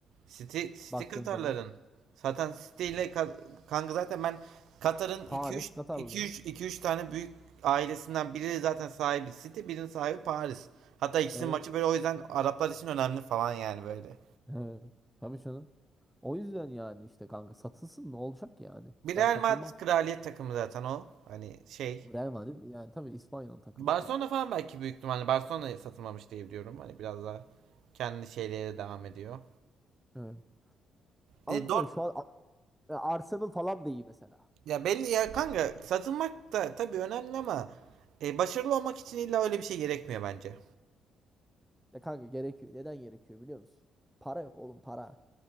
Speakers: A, on the right (about 75°); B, in the centre.
A: City, City
B: baktığın
A: Katarların.
B: zaman.
A: Zaten City ile Ka- kanka zaten ben Katar'ın
B: Paris
A: 2-3
B: Katarlı.
A: 2-3 2-3 tane büyük ailesinden biri zaten sahibi City, birinin sahibi Paris. Hatta ikisinin
B: Evet.
A: maçı böyle o yüzden Araplar için önemli falan yani böyle.
B: Evet. Tabii canım. O yüzden yani işte kanka satılsın ne olacak yani?
A: Bir
B: Ben
A: Real
B: takılmam.
A: Madrid kraliyet takımı zaten o. Hani şey.
B: Real Madrid yani tabii İspanya'nın takımı
A: Barcelona
B: direkt.
A: falan belki büyük ihtimalle Barcelona'ya satılmamış diye biliyorum. Hani biraz daha kendi şeylere devam ediyor.
B: Evet. Ama
A: E, Dort
B: bilmiyorum şu an E, Arsenal falan da iyi mesela.
A: Ya belli ya kanka satılmak da tabii önemli ama e, başarılı olmak için illa öyle bir şey gerekmiyor bence.
B: Ya kanka gerekiyor. Neden gerekiyor biliyor musun? Para yok oğlum para.